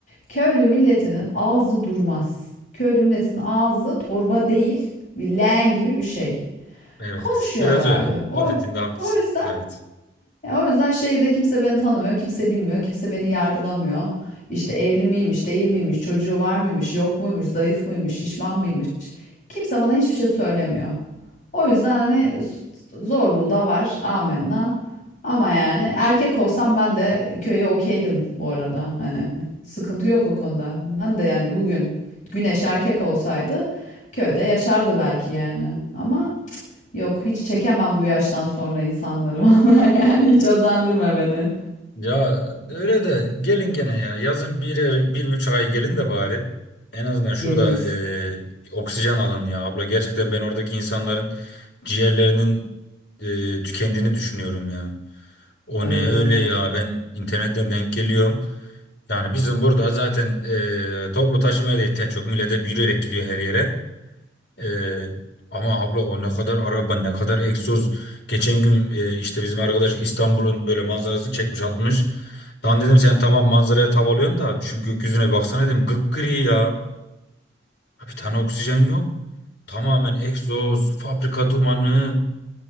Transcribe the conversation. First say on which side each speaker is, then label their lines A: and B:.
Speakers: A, on the left; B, on the left.
A: Köylü milletinin ağzı durmaz. Köylü milletinin ağzı torba değil, bir leğen gibi bir şey.
B: evet
A: Konuşuyorlar
B: biraz
A: abi.
B: öyle.
A: O,
B: O dediğinde haklısın.
A: o yüzden
B: Evet.
A: ya o yüzden şehirde kimse beni tanımıyor, kimse bilmiyor, kimse beni yargılamıyor. İşte evli miymiş, değil miymiş, çocuğu var mıymış, yok muymuş, zayıf mıymış, şişman mıymış. Kimse bana hiçbir şey söylemiyor. O yüzden hani zorluğu da var. Amenna. Ama yani erkek olsam ben de köye okeydim bu arada. Hani sıkıntı yok o konuda. Ben de yani bugün Güneş erkek olsaydı köyde yaşardı belki yani. Ama Yok hiç çekemem bu yaştan sonra insanları <laughs> vallahi yani hiç özendürme beni.
B: Ya öyle de gelin gene ya. Yazın bir, bir üç ay gelin de bari. En azından şurada
A: Geliriz.
B: e, oksijen alın ya abla. Gerçekten ben oradaki insanların ciğerlerinin e, tükendiğini düşünüyorum ya. O
A: Öyle
B: ne öyle
A: öyle.
B: ya ben internetten denk geliyorum. Yani bizim burada zaten e, toplu taşımaya da ihtiyaç çok. Millete yürüyerek gidiyor her yere. Ee, ama abla o ne kadar araba ne kadar egzoz. Geçen gün e, işte bizim arkadaş İstanbul'un böyle manzarasını çekmiş atmış. Lan dedim sen tamam manzaraya tav alıyorsun da şu gökyüzüne baksana dedim gıpgri ya. Ya Bir tane oksijen yok. Tamamen egzoz, fabrika dumanı.